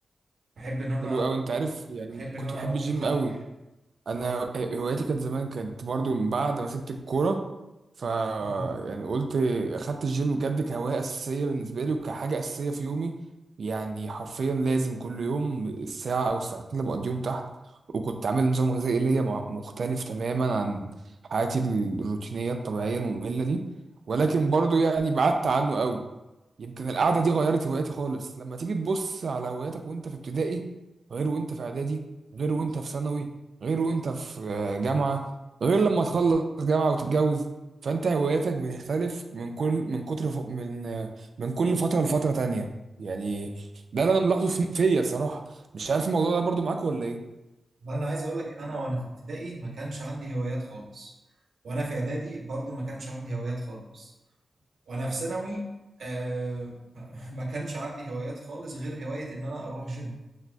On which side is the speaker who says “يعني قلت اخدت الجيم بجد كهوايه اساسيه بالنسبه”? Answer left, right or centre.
Right